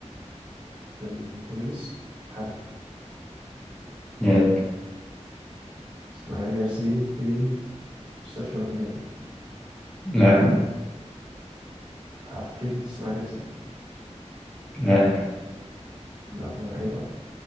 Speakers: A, on the right; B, in the centre.
A: في البوليس حربي
B: لا
A: اسماعيل ياسين في مستشفى المجانين
B: لا
A: عفريتة اسماعيل ياسين
B: لا
A: لا ما ايه بقى